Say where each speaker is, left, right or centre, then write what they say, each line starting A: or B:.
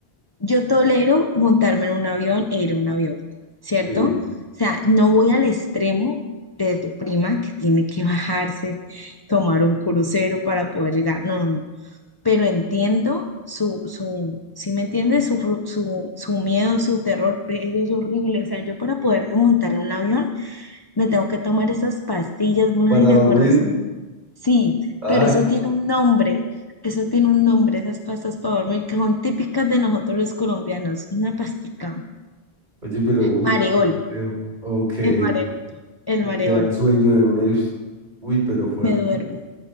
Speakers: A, on the left (about 20°); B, on the right (about 45°).
A: Yo tolero montarme en un avión e ir a un avión, ¿cierto?
B: sí,
A: O sea, no voy al extremo de tu prima que tiene que bajarse, tomar un crucero para poder llegar. No, no, no. Pero entiendo su, su, si me entiendes, su, fru- su, su miedo, su terror, ve, eso es horrible. O sea, yo para poderme montar en un avión me tengo que tomar esas pastillas, bueno,
B: Para
A: si te
B: dormir.
A: acuerdas Sí,
B: Ay,
A: pero eso tiene
B: no.
A: un nombre, eso tiene un nombre, esas pastas para dormir que son típicas de nosotros los colombianos. Una pastica,
B: Oye, pero uy,
A: mareol,
B: complejo. Ok. que
A: el mareol, el mareol,
B: Te da sueño de una. y ups, Uy, pero fuerte.
A: me duermo.